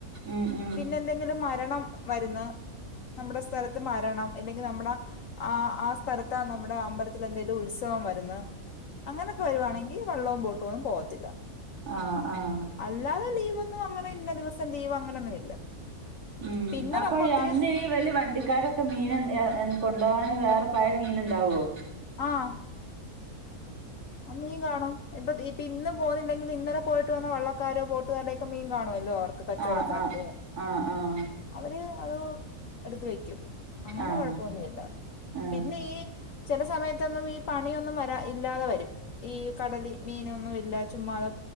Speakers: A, on the right; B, on the left.
A: ഉം ഉം
B: പിന്നെ എന്തെങ്കിലും മരണം വരുന്ന് നമ്മുടെ സ്ഥലത്ത് മരണം ഇല്ലെങ്കിൽ നമ്മുടെ ആഹ് ആഹ് സ്ഥലത്താ നമ്മുടെ അമ്പലത്തിൽ എന്തേലും ഉത്സവം വരുന്ന് അങ്ങനെയൊക്കെ വരുവാണെങ്കിൽ വെള്ളവും ബോട്ടുവൊന്നും പോകത്തില്ല
A: ആഹ് ആഹ്
B: അല്ലാതെ ലീവൊന്നും അങ്ങനെ ഇന്ന ദിവസം ലീവ് അങ്ങനൊന്നും ഇല്ല
A: ഉം
B: പിന്നെ
A: അപ്പൊ
B: നമുക്ക് ഒത്തിരി
A: അന്ന് വലിയ വണ്ടിക്കാരൊക്കെ മീൻ കൊണ്ട് പോവാൻ വേറെ പഴയ മീൻ ഉണ്ടാവുവോ
B: ആഹ് ആഹ് മീൻ കാണും ഇപ്പൊ ഇപ്പൊ ഇന്ന് പോന്നില്ലെങ്കിൽ ഇന്നലെ പോയിട്ട് വന്ന വള്ളക്കാരോ ബോട്ടുകാരുടെയൊക്കെ മീൻ കാണുവല്ലോ മൊത്ത കച്ചവടക്കാർക്ക്.
A: ആഹ് ആഹ് ആഹ്
B: അവര് അത് എടുത്ത് വെക്കും അങ്ങനെ
A: ആഹ്
B: കൊഴപ്പവൊന്നുവില്ല
A: ആഹ്
B: പിന്നെ ഈ ചില സമയത്തൊന്നും ഈ പണിയൊന്നും വരാ ഇല്ലാതെ വരും ഈ കടലിൽ മീനൊന്നും ഇല്ല ചുമ്മാതെ